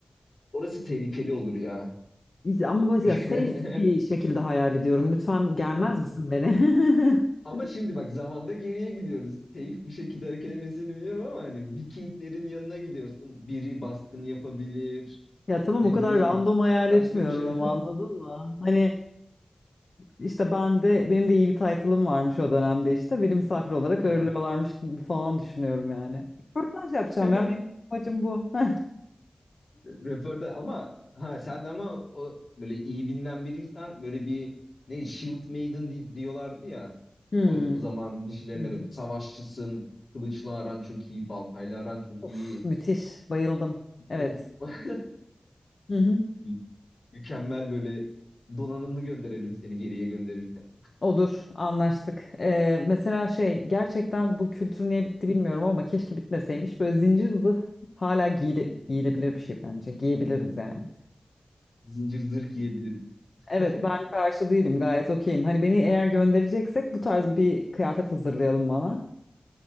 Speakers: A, on the left; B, on the left.
A: Orası tehlikeli olur ya.
B: Ama böyle
A: <laughs>
B: ya safe bir şekilde hayal ediyorum. Lütfen germez misin beni?
A: Ama
B: <laughs>
A: şimdi bak zamanda geriye gidiyoruz. Safe bir şekilde hareket etmesini biliyorum ama hani Vikinglerin yanına gidiyorsun. Biri baskın yapabilir.
B: Ya tamam
A: Ne
B: o kadar
A: bileyim.
B: random hayal
A: Başka
B: etmiyorum
A: bir şey. <laughs>
B: ama anladın mı? Hani işte ben de benim de iyi bir title'ım varmış o dönemde işte. Beni misafir olarak
A: Ha.
B: ağırlıyorlarmış gibi falan düşünüyorum yani. Röportaj yapacağım
A: <laughs>
B: ya. Benim amacım bu. <laughs>
A: Röportaj ama ha sen ama o böyle iyi bilinen biriysen böyle bir ne Shield Maiden di- diyorlardı ya.
B: Hmm,
A: Orada o zamanın dişilerine
B: Hı hı.
A: böyle savaşçısın, kılıçla aran çok iyi, baltayla aran çok
B: Of,
A: iyi.
B: müthiş. Bayıldım.
A: Of.
B: Evet.
A: <laughs>
B: Hı hı.
A: Mü- Mükemmel böyle donanımlı gönderelim seni geriye gönderirken.
B: Olur, anlaştık. Ee, mesela şey, gerçekten bu kültür niye bitti bilmiyorum ama keşke bitmeseymiş. Böyle zincir zırh hala giyile, giyilebilir bir şey bence. Giyebiliriz yani.
A: Zincir zırh giyebiliriz.
B: Evet,
A: <laughs>
B: ben karşı değilim. Gayet okeyim. Hani beni eğer göndereceksek bu tarz bir kıyafet hazırlayalım bana.